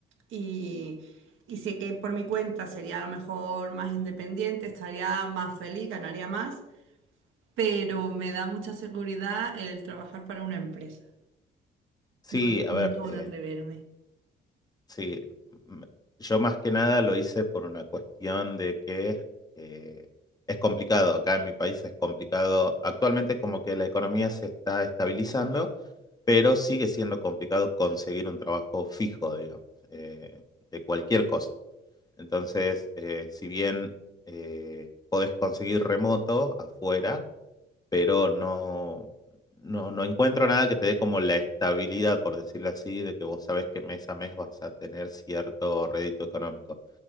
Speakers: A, on the right; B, on the left.
A: y, y sé que por mi cuenta sería a lo mejor más independiente, estaría más feliz, ganaría más, pero me da mucha seguridad el trabajar para una empresa.
B: sí,
A: No,
B: a
A: no
B: ver,
A: acabo
B: eh,
A: de atreverme.
B: Sí, m- yo más que nada lo hice por una cuestión de que eh, es complicado, acá en mi país es complicado, actualmente como que la economía se está estabilizando, pero sigue siendo complicado conseguir un trabajo fijo, digamos, eh, de cualquier cosa. Entonces, eh, si bien eh, podés conseguir remoto afuera, pero no, no, no encuentro nada que te dé como la estabilidad, por decirlo así, de que vos sabes que mes a mes vas a tener cierto rédito económico.